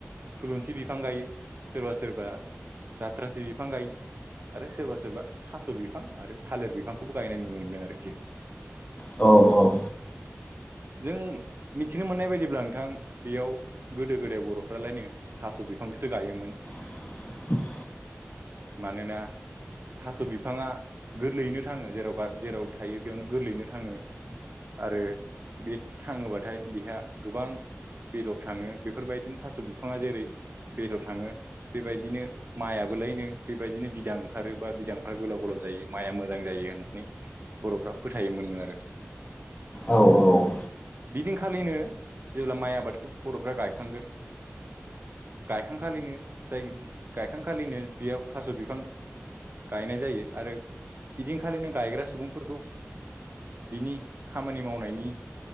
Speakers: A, on the right (about 50°); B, on the left (about 30°).
A: थुलुंसि बिफां गायो सोरबा सोरबा जाथ्रासि बिफां गायो। आरो सोरबा सोरबा थास' बिफां आरो थालिर बिफांखौबो गायनाय नुनो मोनो आरोखि।
B: अ अ
A: जों मिथिनो मोननाय बायदिब्ला नोंथां बेयाव गोदो गोदाय बर'फ्रालायनो थास' बिफांखौसो गायोमोन।
B: <inaudible>
A: मानोना थास' बिफाङा गोरलैयैनो थांङो जेराव गा जेराव थायो बेयावनो गोरलैयैनो थांङो। आरो बे थांङोबाथाय बिहा गोबां बेदर थांङो बेफोरबायदिनो थास' बिफांङा जेरै बेदर थांङो बेबायदिनो मायाबोलायनो बेबायदिनो बिदां ओंखारो बा बिदांफ्रा गोलाव गोलाव जायो माइआ मोजां जायो होननानै बर'फ्रा फोथायोमोन नो आरो।
B: औ औ।
A: बिदिनखालिनो जेब्ला माइ आबादखौ बर'फ्रा गायखांगोन गायखांखालिनो जाय गायखांखालिनो बियाव थास' बिफां गायनाय जायो आरो इदिंखालिनो गायग्रा सुबुंफोरखौ बिनि खामानि मावनायनि